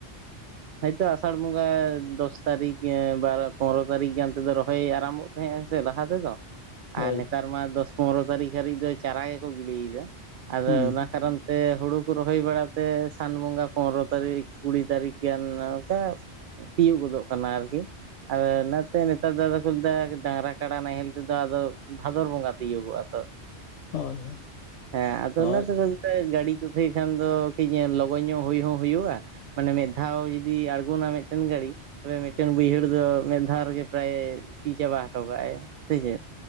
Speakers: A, on the right; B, on the left.
A: ᱦᱚᱭ ᱛᱚ ᱟᱥᱟᱲ ᱵᱚᱸᱜᱟ ᱫᱚᱥ ᱛᱟᱨᱤᱠᱷ ᱵᱟᱨᱚ ᱯᱚᱱᱨᱚ ᱛᱟᱨᱤᱠᱷ ᱜᱟᱱ ᱛᱮᱫᱚ ᱨᱚᱦᱚᱭ ᱟᱨᱟᱢᱵᱚᱜ ᱛᱟᱦᱮᱸᱜᱼᱟ ᱥᱮ ᱞᱟᱦᱟ ᱛᱮᱫᱚ ᱾
B: ᱦᱳᱭ
A: ᱟᱨ ᱱᱮᱛᱟᱨ ᱢᱟ ᱫᱚᱥ ᱯᱚᱱᱨᱚ ᱛᱟᱹᱨᱤᱠᱷ ᱦᱟᱹᱨᱤᱡ ᱫᱚ ᱪᱟᱨᱟ ᱜᱮᱠᱚ ᱜᱤᱰᱤᱭᱮᱫᱟ, ᱟᱫᱚ
B: ᱦᱩᱸ
A: ᱚᱱᱟ ᱠᱟᱨᱚᱱ ᱥᱮ ᱦᱩᱲᱩ ᱠᱚ ᱨᱚᱦᱚᱭ ᱵᱟᱲᱟ ᱛᱮ ᱥᱟᱱ ᱵᱚᱸᱜᱟ ᱯᱚᱱᱫᱨᱚ ᱛᱟᱹᱨᱤᱠᱷ ᱠᱩᱲᱤ ᱛᱟᱨᱤᱠᱷ ᱜᱟᱱ ᱚᱱᱠᱟ ᱛᱤᱭᱳᱜ ᱜᱚᱫᱚᱜ ᱠᱟᱱᱟ ᱟᱨᱠᱤ ᱾ ᱟᱫᱚ ᱚᱱᱟᱛᱮ ᱱᱮᱛᱟᱨ ᱫᱚ ᱟᱫᱚ ᱠᱚ ᱞᱟᱹᱭ ᱫᱟ ᱰᱟᱝᱨᱟ ᱠᱟᱰᱟ ᱱᱟᱦᱮᱞ ᱛᱮᱫᱚ ᱟᱫᱚ ᱵᱷᱟᱫᱚᱨ ᱵᱚᱸᱜᱟ ᱛᱤᱭᱩᱜᱚᱜᱼᱟ
B: ᱦᱳᱭ
A: ᱾ ᱦᱮᱸ ᱟᱫᱚ
B: ᱦᱳᱭ
A: ᱚᱱᱟ ᱠᱟᱹ ᱜᱟᱹᱰᱤ ᱠᱚᱛᱮ ᱠᱷᱟᱱ ᱫᱚ ᱠᱟᱹᱡ ᱞᱚᱜᱚᱱ ᱧᱚᱜ ᱦᱩᱭ ᱦᱚᱸ ᱦᱩᱭᱩᱜᱼᱟ ᱾ ᱢᱟᱱᱮ ᱢᱤᱫ ᱫᱷᱟᱣ ᱡᱩᱫᱤ ᱟᱲᱜᱚᱱᱟ ᱢᱤᱫᱴᱮᱱ ᱜᱟᱹᱲᱤ ᱾ ᱛᱚᱵᱮ ᱢᱤᱫᱴᱮᱱ ᱵᱟᱹᱭᱦᱟᱹᱲ ᱫᱚ ᱢᱤᱫ ᱫᱷᱟᱣ ᱨᱮᱜᱮ ᱯᱨᱟᱭ ᱥᱤ ᱪᱟᱵᱟ ᱦᱚᱴᱚ ᱠᱟᱜᱼᱟᱭ ᱥᱮ ᱪᱮᱫ?